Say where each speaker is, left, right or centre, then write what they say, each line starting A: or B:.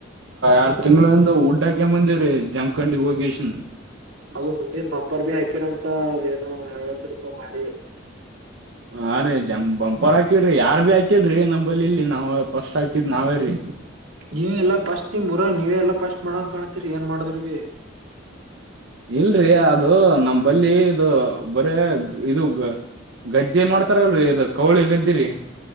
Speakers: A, on the right; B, on the right.
A: ಎರ್ ತಿಂಗಗಳಂದು ಡ್ಡಾಕಂಬ ಬಂದಿವವ್ರೀ ಜಮಖಂಡಿ ಹೋಗಿನ್
B: ಅದು ಮುಂದಿನ ಪಂಪರ್ ಬಿ ಹಾಕಿರಂತ ಅದೇನು ಹೇಳತ್ಪ ಬಾರಿ
A: ಹಾ ರೀ ಜಂ ಬಂಪರ್ ಹಾಕವ್ರಿ ಯಾರ್ ಭಿ ಹಾಕಿಲ್ರರಿ ನಮ್ಮಂಬಲಿ ಇಲ್ಲಿ ನಾವ್ ಫಸ್ಟ್ ಹಾಕಿದ್ ನಾವೇ ರೀ
B: ನೀವಲ್ಲ ಫಸ್ಟ್ ನಿಮ್ಮ ಬರ ನೀವೇಲ್ಲ ಫಸ್ಟ್ ಮಾಡಂಗ ಕಾಣ್ತಿರಿ ಏನ್ ಮಾಡಿದ್ರವಿ
A: ಇಲ್ರಿ ಅದು ನಮ್ಮಂಬಲ್ಲಿ ಇ ಬರೇ ಇದು ಗದ್ದೆ ಮಾಡ್ತಾರಲ್ರರಿ ಅದು ಕೌಳಿ ಗದ್ದಿರಿ